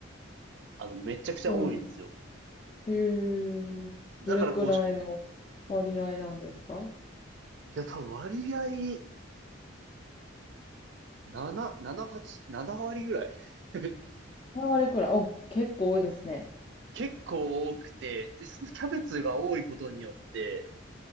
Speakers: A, on the right; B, on the left.
A: あの、めちゃくちゃ多いんですよ。
B: 多いんですへえ。
A: だからこう、
B: どれくらいの割合なんですか
A: いや、多分割合、7、7、8、7割ぐらい。<laughs>
B: ?3 割くらい。お、結構多いですね。
A: 結構多くて、で、そのキャベツが多いことによって、